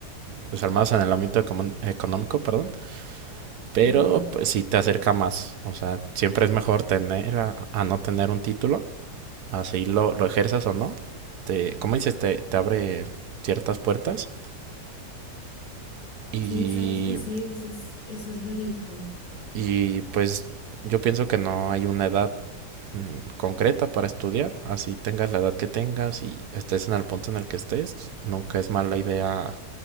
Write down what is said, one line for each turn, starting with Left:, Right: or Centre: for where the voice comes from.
Right: pues al menos en el ámbito econom- económico, perdón, pero
Left: Y también.
Right: pues sí te acerca más, o sea, siempre es mejor tener a, a no tener un título, así lo, lo ejerzas o no, te, como dices, te, te abre ciertas puertas y
Left: Sí, sabes que sí, eso es, eso es verico.
Right: Y pues yo pienso que no hay una edad mm, concreta para estudiar, así tengas la edad que tengas y estés en el punto en el que estés, nunca es mala idea